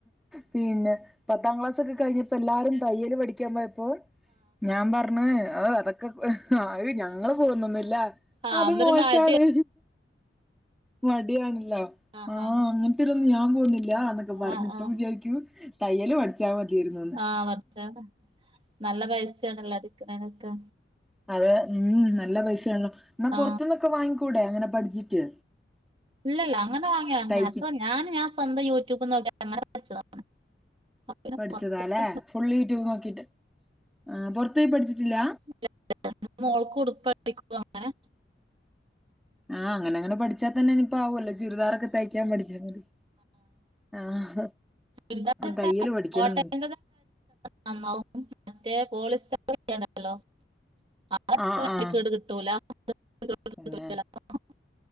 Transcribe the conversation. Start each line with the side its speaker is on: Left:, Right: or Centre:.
Centre: പിന്നെ പത്താം ക്ലാസ്സ് ഒക്കെ കഴിഞ്ഞപ്പോ എല്ലാരും തയ്യല് പഠിക്കാപോയപ്പോ ഞാ പറഞ്ഞ് അഹ് അതൊക്കെ ഞങ്ങള് പോകുന്നൊന്നുല്ല
Right: ആ
Centre: അത്
Right: അന്നൊരു
Centre: മോശാണ്
Right: മടി
Centre: മടിയണല്ലോ
Right: ആ
Centre: അഹ്
Right: ആ
Centre: അങ്ങനത്ത്നന്നും ഞാപോന്നില്ലന്ന് ക്കെ പറഞ്ഞു
Right: ആ
Centre: ഇപ്പ
Right: ആ
Centre: വിചാരിക്കു തയ്യല് പഠിച്ചാ മതിയരുന്നുന്ന്
Right: ആ പടച്ചോനെ നല്ല പൈസയാണല്ലോ അടി ക്കണനക്ക്
Centre: അതെ ഉം നല്ല പൈസ ണലൊന്ന
Right: ആ
Centre: പുറത്തന്നൊക്കെ വാങ്ങിക്കൂടെ അങ്ങനെ പഠിച്ചിട്ട്
Right: ഇല്ലല്ല അങ്ങനവാങ്ങിയ അ
Centre: തയ്ക്കും
Right: അപ്പ ഞാന് ഞാ സ്വന്തം യൂറ്റ്യുബ്നോക്കി അങ്ങനെ പഠിച്ചതാ പിന്നെ
Centre: പഠിച്ചതാലെ
Right: പുറത്ത്
Centre: ഫുള്ള് യുറ്റ്യുബ് നോക്കിട്ട് ആഹ് പുറത്ത് യി പഠിച്ചിട്ടില്ല
Right: <unintelligible> മോൾക്ക്ടുപ്പ് അട്പ്പിക്കു അങ്ങനെ
Centre: ആഹ് അങ്ങനെ അങ്ങനെ പഠിച്ചാ തന്നെ ഇനിയിപ്പ ആവല്ലോ ചുരിദാറൊക്കെ തയ്ക്കാൻ പഠിച്ചാമതി ആഹ്
Right: <unintelligible>
Centre: തയ്യല് പഠിക്കണംന്നുണ്ട്
Right: <unintelligible> നന്നാവും മറ്റേ പോളിസ്റ്ററ് <unintelligible> ഹലോ <unintelligible>
Centre: ആഹ് ആഹ് പിന്നെ